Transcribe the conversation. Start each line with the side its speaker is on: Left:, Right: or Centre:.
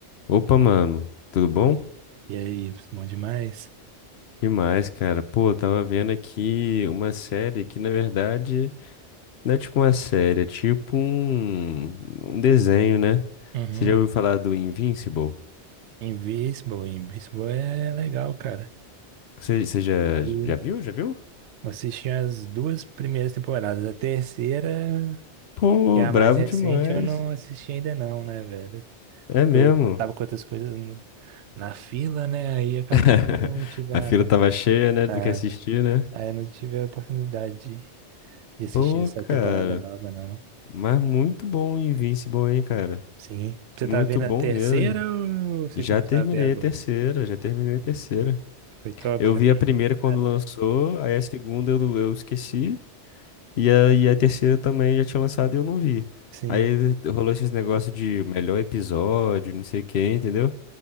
Left: Opa, mano, tudo bom?
Right: E aí, bom demais?
Left: Demais, cara. Pô, eu tava vendo aqui uma série que, na verdade, não é tipo uma série, é tipo um, um desenho, né?
Right: Uhum.
Left: Você já ouviu falar do Invincible?
Right: Invincible, Invincible é legal, cara.
Left: Você, você já,
Right: Eu
Left: já viu? Já viu?
Right: assisti as duas primeiras temporadas. A terceira,
Left: Pô,
Right: que é a
Left: brabo
Right: mais recente,
Left: demais.
Right: eu não assisti ainda não, né, velho?
Left: É mesmo.
Right: Eu tava com outras coisas no- na fila, né? Aí acabou
Left: <laughs>
Right: que eu não tive a...
Left: A fila tava cheia, né,
Right: a-
Left: do que assistir, né?
Right: Aí eu não tive a oportunidade de, de assistir
Left: Pô,
Right: essa
Left: cara.
Right: temporada nova, não.
Left: Mas muito bom o Invincible, hein, cara?
Right: Sim. Você
Left: Muito
Right: tá vendo
Left: bom
Right: a terceira
Left: mesmo.
Right: ou você
Left: Já
Right: começou
Left: terminei
Right: a ver agora?
Left: a terceira, já terminei a terceira.
Right: Foi top
Left: Eu
Right: também?
Left: vi a primeira quando
Right: Ah,
Left: lançou, aí a segunda eu, não- eu esqueci, e a, e a terceira também já tinha lançado e eu não vi.
Right: Sim.
Left: Aí rolou esses negócios de melhor episódio, não sei quem, entendeu?